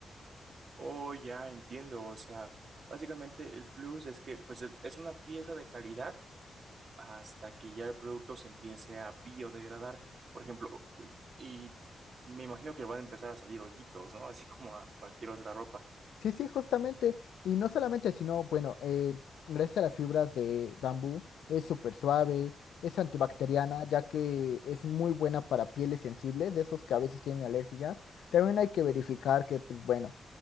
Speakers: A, on the right; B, on the left.
A: Oh, ya entiendo, o sea, básicamente el plus es que pues el- es una pieza de calidad hasta que ya el producto se empiece a biodegradar, por ejemplo, y me imagino que van a empezar a salir hoyitos, ¿no? Así como a cualquier otra ropa.
B: Sí, sí, justamente. Y no solamente, sino, bueno, eh, gracias a las fibras de bambú, es súper suave, es antibacteriana, ya que es muy buena para pieles sensibles, de esos que a veces tienen alergias. También hay que verificar que, pues bueno,